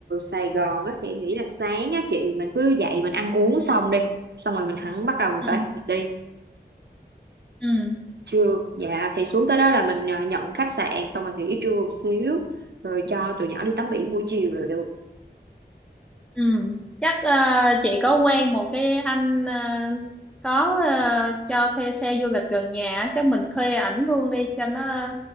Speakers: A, on the right; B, in the centre.
A: Sài Gòn á thì em nghĩ là sáng á chị mình cứ dậy mình ăn uống xong đi xong rồi mình hẳn bắt đầu mình
B: ừ
A: khởi hành mình đi
B: ừ
A: trưa dạ thì xuống tới đó là mình ờ, nhận khách sạn xong rồi nghỉ trưa một xíu rồi cho tụi nhỏ đi tắm biển buổi chiều rồi được
B: Ừ, chắc ờ, chị có quen một cái anh ờ, có ờ, cho thuê xe du lịch gần nhà á, chắc mình thuê ảnh luôn đi cho nó